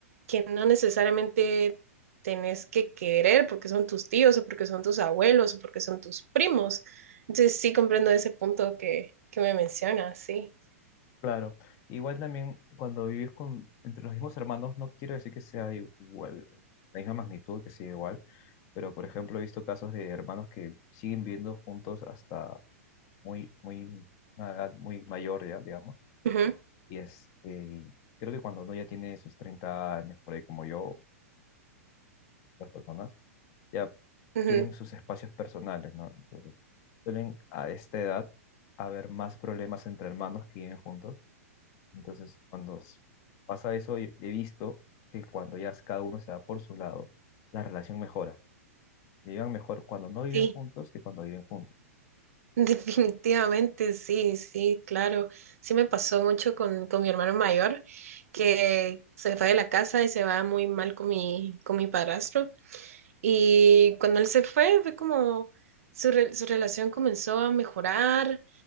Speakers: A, on the right; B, on the left.
A: que no necesariamente tenés que querer porque son tus tíos o porque son tus abuelos o porque son tus primos. Entonces, sí comprendo ese punto que, que me mencionas, sí.
B: Claro, igual también cuando vives con, entre los mismos hermanos, no quiero decir que sea i- igual, la misma magnitud, que sea igual, pero por ejemplo he visto casos de hermanos que siguen viviendo juntos hasta muy, muy, una edad muy mayor ya, digamos,
A: Ujú,
B: y este, y creo que cuando uno ya tiene sus 30 años, por ahí como yo, otras personas, ya
A: ujú,
B: quieren sus espacios personales, ¿no? Entonces, suelen a esta edad haber más problemas entre hermanos que viven juntos. Entonces, cuando s- pasa eso, y- he visto que cuando ya cada uno se va por su lado, la relación mejora. Vivan mejor cuando no viven
A: sí.
B: juntos que cuando viven juntos.
A: <laughs> Definitivamente, sí, sí, claro. Sí me pasó mucho con, con mi hermano mayor, que se fue de la casa y se va muy mal con mi, con mi padrastro. Y cuando él se fue, fue como su, re- su relación comenzó a mejorar,